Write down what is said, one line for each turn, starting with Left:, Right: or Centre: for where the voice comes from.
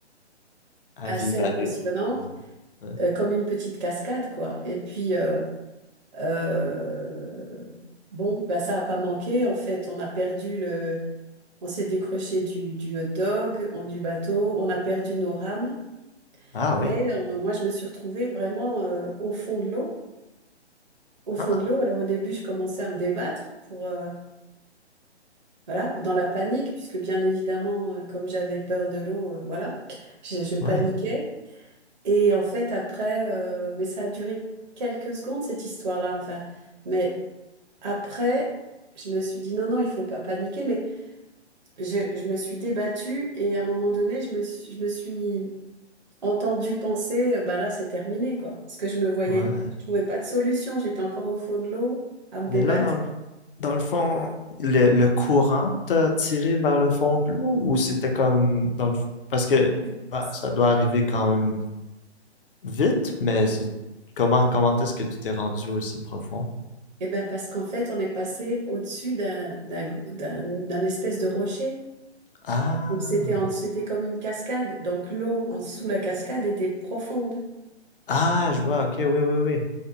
Left: à
Right: assez
Left: vive allure.
Right: impressionnant,
Left: Ouais. Ouais.
Right: euh, comme une petite cascade, quoi. Et puis, euh, euh, bon, bah, ça n'a pas manqué. En fait, on a perdu le... On s'est décroché du, du hot dog, on- du bateau, on a perdu nos rames.
Left: Ah oui.
Right: Et euh, moi, je me suis retrouvée vraiment euh, au fond de l'eau. au fond
Left: Ah,
Right: de l'eau. Alors au début, je commençais à me débattre pour, euh, voilà, dans la panique, puisque bien évidemment, euh, comme j'avais peur de l'eau, euh, voilà, je, je paniquais.
Left: ouais,
Right: Et en fait, après, euh, mais ça a duré quelques secondes, cette histoire-là, enfin. Mais après, je me suis dit, non, non, il faut pas paniquer. Mais je, je me suis débattue et à un moment donné, je me suis, je me suis entendue penser, euh, ben là, c'est terminé, quoi. Parce que je me voyais,
Left: ouais.
Right: je trouvais pas de solution. J'étais encore au fond de l'eau à me
Left: Mais
Right: débattre.
Left: là, dans le, dans le fond, le, le courant t'a tiré vers le fond de l'eau ou c'était comme dans le f- parce que
Right: <laughs>
Left: bah, ça doit arriver quand même vite, mais c'est comment comment est-ce que tu t'es rendu aussi profond?
Right: Eh bien, parce qu'en fait, on est passé au-dessus d'un, d'un, d'un, d'un espèce de rocher.
Left: Ah,
Right: Donc, c'était en- c'était comme une cascade. Donc, l'eau en dessous de la cascade était profonde.
Left: ah, je vois. Ok, oui, oui, oui,